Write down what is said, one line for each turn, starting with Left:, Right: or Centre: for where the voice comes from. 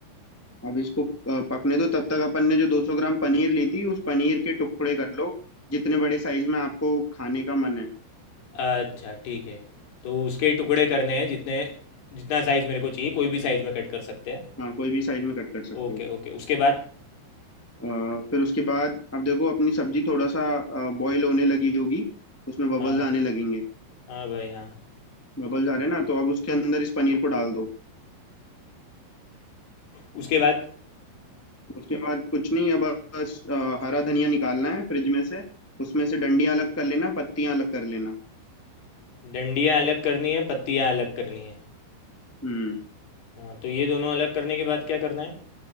Centre: अब इसको अ, पकने दो तब तक अपन ने जो 200 ग्राम पनीर ली थी उस पनीर के टुकड़े कर लो जितने बड़े साइज में आपको खाने का मन है
Left: अच्छा ठीक है तो उसके टुकड़े करने हैं जितने जितना साइज़ मेरे को चाहिए कोई भी साइज़ में कट कर सकते हैं
Centre: हाँ कोई भी साइज में कट कर सकते
Left: ओके
Centre: हो
Left: ओके उसके बाद
Centre: अ, फिर उसके बाद अब देखो अपनी सब्जी थोड़ा सा बॉईल होने लगी होगी उसमें बबल्स
Left: हाँ
Centre: आने लगेंगे
Left: हाँ भाई हाँ
Centre: बबल्स आ रहे हैं ना तो अब उसके अंदर इस पनीर को डाल दो
Left: उसके बाद
Centre: उसके बाद कुछ नहीं अब बस अ, हरा धनिया निकालना है फ्रिज में से उसमें से डंडियां अलग कर लेना पत्तियां अलग कर लेना
Left: डंडियाँ अलग करनी है पत्तियाँ अलग करनी है
Centre: हम्म
Left: हाँ तो ये दोनों अलग करने के बाद क्या करना है